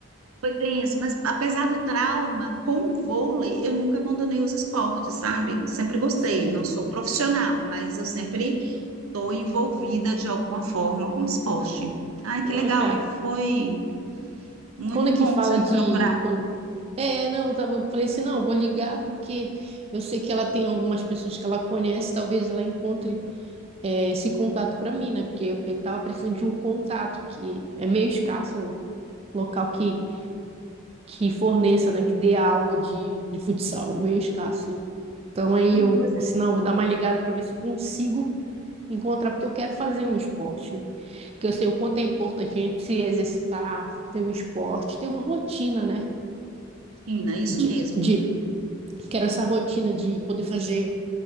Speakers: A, on the right; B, on the right.
A: foi tenso, mas apesar do trauma com o vôlei, eu nunca abandonei os esportes, sabe? Sempre gostei.
B: Sim.
A: Não sou profissional, mas eu sempre estou envolvida de alguma forma com esporte. Ai,
B: Não,
A: que legal!
B: cara.
A: E foi. Muito
B: Quando é que
A: bom
B: fala
A: você me
B: de
A: procurar.
B: quando É, não, eu tava, eu falei assim, não, eu vou ligar porque eu sei que ela tem algumas pessoas que ela conhece, talvez ela encontre é, esse contato para mim, né? Porque eu, eu tava precisando de um contato que é meio escasso o local que que forneça, né, que dê aula de, de futsal, meio escasso. Então aí
A: Ah,
B: eu,
A: não, pois é,
B: se não, vou dar uma ligada para ver se eu consigo encontrar porque eu quero fazer um esporte, né? Porque eu sei o quanto é importante a gente se exercitar, ter um esporte, ter uma rotina, né?
A: China, isso
B: De,
A: mesmo.
B: de quero essa rotina de poder fazer